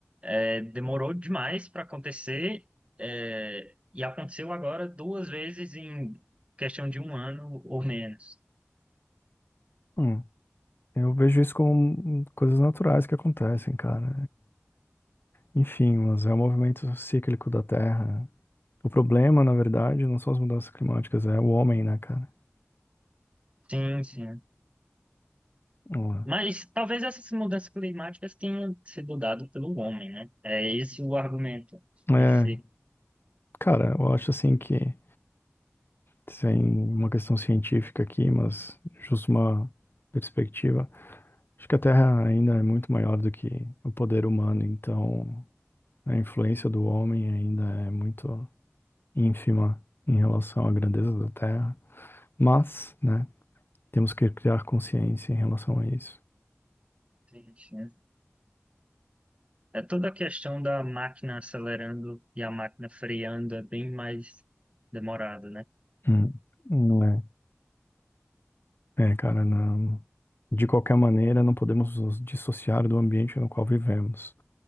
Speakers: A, on the right (about 25°); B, on the left (about 50°).
A: É, demorou demais para acontecer, é, e aconteceu agora duas vezes em questão de um ano ou menos.
B: Hum, eu vejo isso como coisas naturais que acontecem, cara. E, enfim, mas é o movimento cíclico da Terra. O problema, na verdade, não são as mudanças climáticas, é o homem, né, cara?
A: Sim, sim.
B: Hum.
A: Mas talvez essas mudanças climáticas tenham sido dadas pelo homem, né? É esse o argumento
B: É,
A: em si.
B: cara, eu acho assim que sem uma questão científica aqui, mas justo uma perspectiva. Acho que a Terra ainda é muito maior do que o poder humano, então a influência do homem ainda é muito ínfima em relação à grandeza da Terra, mas, né, temos que criar consciência em relação a isso.
A: Sim, sim. É toda a questão da máquina acelerando e a máquina freando é bem mais demorado, né?
B: Hum, não é. É, cara, não. De qualquer maneira, não podemos nos dissociar do ambiente no qual vivemos.